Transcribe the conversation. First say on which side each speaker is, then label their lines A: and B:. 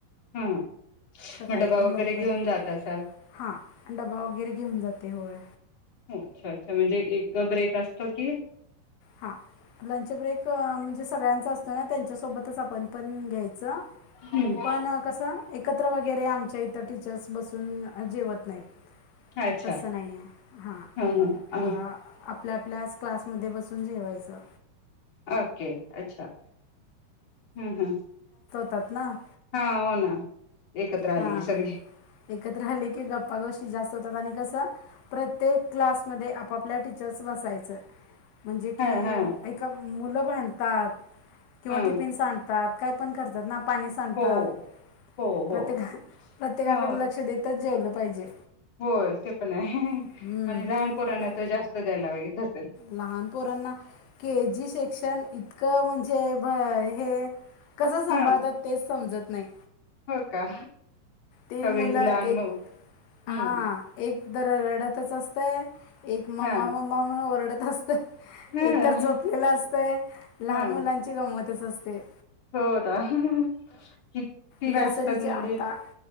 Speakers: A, on the left; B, on the left.
A: हा
B: सकाळी
A: मग डबा
B: पण
A: वगैरे
B: लवकर
A: घेऊन जात असाल
B: हा डब्बा वगैरे घेऊन जात ते होय
A: हं अच्छा अच्छा म्हणजे एक ब्रेक असतो की
B: हा मुलांचा ब्रेक म्हणजे सगळ्यांचा असतो ना त्यांच्या सोबतच आपण पण घ्यायचं
A: हम्म
B: पण कस एक एकत्र वगैरे आमच्या इथ टीचर्स बसून जेवत नाहीत
A: अच्छा
B: तसं नाहीये हा
A: ह ह
B: आ आ आपल्या आपल्या क्लास मध्ये बसू न जेवायचं
A: ओके अच्छा हं हं
B: तात ना
A: हा हो ना एकत्र आले
B: हां
A: की सगळी
B: एकत्र आले की गप्पा गोष्टी जास्त तर आणि कस प्रत्येक क्लास मधे आपआपल्या टीचर्स बसायचं म्हणजे की
A: हा हा
B: एका मुलं भांडतात किंवा
A: हा
B: टिफीन सांडत तात काय पण करतात ना पाणी सांडतात
A: हो हो हो
B: प्रत्येक प्रत्येकाकड
A: हा
B: लक्ष देतच जेवल पाहिजे
A: होय ते पण आहे
B: हम्म.
A: आणि लहान पोराना
B: त्या
A: तर जास्त द्यावा लागत असेल
B: लहान के जीे सेक्शन इतक म्हणजे भ हे कसं सांभाळतात
A: हा
B: तेच समजत नाही
A: हो का
B: ते
A: सगळीच
B: मुलं
A: लहान
B: एक
A: मग
B: हा
A: हम्म
B: एक तर रडतच असतंय एक मम्मा
A: हा
B: मम्मा म्हनून ओरड ते हसतय. एकतर
A: हा
B: झोपलेल असतंय लहान
A: हा
B: मुलांची गंमत तेस असतयजल.
A: हो अता किती
B: नर्सरीचे
A: जास्त हाईत म्हणजे
B: आता